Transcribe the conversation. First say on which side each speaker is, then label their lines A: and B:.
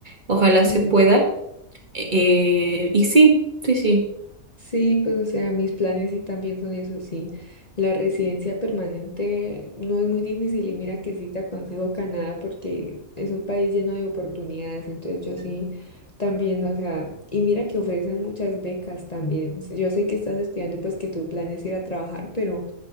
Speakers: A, on the right; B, on the left.
A: Ojalá
B: Mm.
A: se pueda. Eh, y sí, sí, sí.
B: Sí, pues o sea, mis planes sí también son esos, sí. La residencia permanente no es muy difícil y mira que sí te aconsejo Canadá porque es un país lleno de oportunidades, entonces yo sí también, o sea, y mira que ofrecen muchas becas también. Yo sé que estás estudiando y pues que tu plan es ir a trabajar, pero